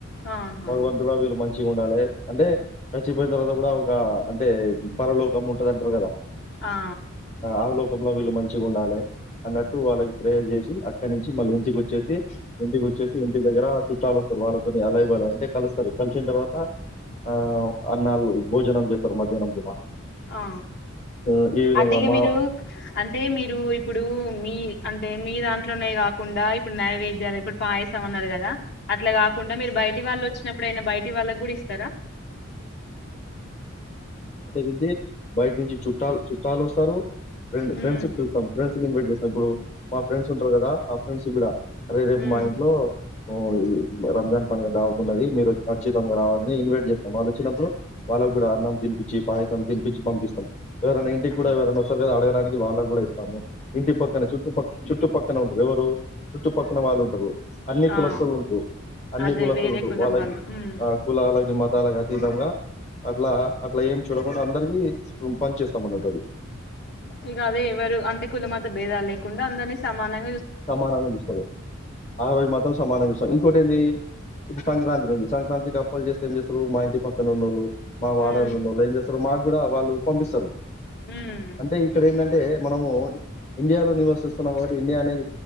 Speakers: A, on the left; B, on the left.
A: ఆహా
B: భగవంతుడా వీళ్ళు మంచిగా ఉండాలే అంటే చచ్చిపోయిన తర్వాత కూడా ఒక అంటే పరలోకం ఉంటదని కదా
A: ఆ ఆ
B: ఆ లోకంలో వీళ్ళు మంచి మంచి గుండాలే అన్నట్టు వాళ్ళకి ప్రేయర్ చేసి అక్క నుంచి మళ్ళీ ఇంటికి వచ్చేసి ఇంటికి వచ్చేసి ఇంటి దగ్గర చుట్టాలు వస్తారు వాళ్ళ కొన్ని అలైబాలు అంటే కలుస్తారు కలిసిన తర్వాత ఆ అన్నాళ్ళు భోజనం చేస్తారు మధ్యాహ్నం పూట
A: ఆ
B: హ్మ్. ఈ విధంగా
A: అంతేగా
B: మా
A: మీరు అంటే మీరు ఇప్పుడు మీ అంట్ అంటే మీ దాంట్లోనే కాకుండా ఇప్పుడు నైవేద్యాల ఇప్పుడు పాయసం అన్నారు కదా అట్లా కాకుండా మీరు బయటి వాళ్ళు వచ్చినప్పుడయినా బయటి వాళ్ళకి కూడా ఇస్తారా!
B: గించి బయట నుంచి చుట్టాలు చుట్టాలు వస్తారు ఫ్రెండ్ ఫెండ్స్
A: ఉమ్
B: ని పిలుస్తాం ఫ్రెండ్స్ నీ ఇన్వైట్ చేసినప్పుడు మా ఫ్రెండ్స్ ఉంటారు కదా ఆ ఫ్రెండ్స్ కూడా అదే రేపు
A: ఉమ్
B: మా ఇంట్లో ఓ ఈ రంజాన్ పండుగ దావత్ ఉన్నది మీరు ఖచ్చితంగా రావాలని ఇన్వైట్ చేస్తారు. వాళ్ళు వచ్చినప్పుడు వాళ్ళకు కూడా అన్నం తినిపించి పాయసాన్ని తినిపించి పంపిస్తాం. ఎవరైనా ఇంటికి
A: ఆ
B: కూడా ఎవరైనా వస్తారు కదా అడగడానికి వాళ్ళకి కూడా ఇస్తాము. ఇంటి పక్కన చుట్టుపక్క చుట్టుపక్క పక్క వారు ఎవరు చుట్టుపక్కన వాళ్ళు ఉంటారు. అన్ని
A: ఆ
B: కులస్తులు ఉండరు అన్ని
A: అదే
B: కులస్తులు
A: వేరే
B: ఉండరు
A: కులం
B: వాళ్ళకి
A: వాళ్ళు ఉమ్
B: ఆ కులాలకి మతాలకి వాళ్ళకి అతీతంగా అట్లా అట్లా ఏం చూడకుండా అందరికి పనిచేస్తాం అన్నట్టు అది
A: ఇగా అదే ఎవరు అంటే కుల మత భేదాలు లే కుండా అందరిని సమానం
B: సమానంగా చూసుకోవాలి ఆ రోజు మాత్రం సమానంగా చూస్తాం ఇంకోటి ఏంటి ఇప్పుడు సంక్రాంతి ఉంది సంక్రాంతికి అప్పలు చేస్తే ఏం చేస్తారు మా ఇంటి పక్కన ఉన్నో ళ్ళు మా వాడాల
A: ఉమ్
B: ఉండళ్ళు ఏం చేస్తారు మాకు కూడా వాళ్ళు పంపిస్తారు
A: ఉమ్
B: అంటే ఇక్కడ ఏంటంటే మనము ఇండియాలో నివాసిస్తున్న వారు ఇండియా అనేది